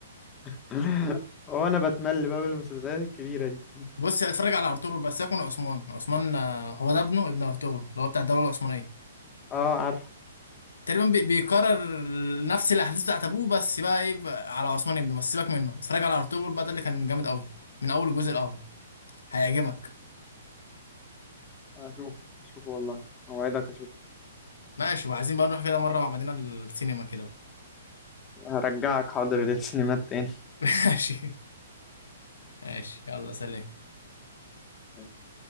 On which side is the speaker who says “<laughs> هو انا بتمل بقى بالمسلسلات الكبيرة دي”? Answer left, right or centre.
Left